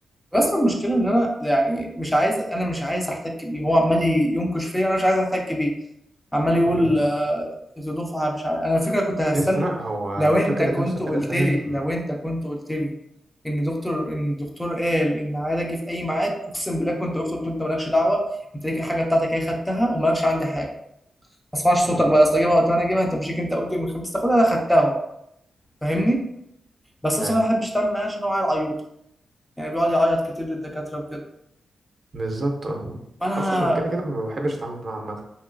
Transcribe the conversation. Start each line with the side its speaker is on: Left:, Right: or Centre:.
Centre: بس المشكله ان انا يعني مش عايز انا مش عايز احتك بيه هو عمال ينكش فيا انا مش عايز احتك بيه عمال يقول
Right: امم
Centre: آه، ذو دفعه مش عارف انا الفكره كنت هستنى
Right: يا اسطى لا هو
Centre: لو انت
Right: فاكر
Centre: كنت
Right: نفسه
Centre: قلت
Right: كده فاهم
Centre: لي لو انت كنت قلت لي ان دكتور ان الدكتور قال ان عايز اجي في اي ميعاد اقسم بالله كنت قلت له انت مالكش دعوه انت ليك الحاجه بتاعتك هي خدتها ومالكش عندي حاجه ما اسمعش صوتك
Right: امم
Centre: بقى يا اسطى جيبها وقت ما انا اجيبها انت مش ليك انت قلت يوم الخميس تاخدها انا خدتها اهو فاهمني بس أنا
Right: ايوه
Centre: بصراحه ما بحبش اتعامل معاه عشان هو عيل عيوطه يعني بيقعد يعيط كتير للدكاتره وكده
Right: بالظبط اه.
Centre: انا
Right: اصلا هو كده كده ما بحبش اتعامل معاه عامه